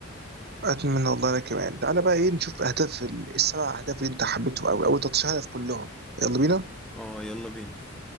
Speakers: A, on the right; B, in the centre.
A: أتمنى والله أنا كمان تعالى بقى إيه نشوف أهداف ال- السبع أهداف اللي أنت حبيتهم أوي أو 13 هدف كلهم يلا بينا
B: اه يلا بينا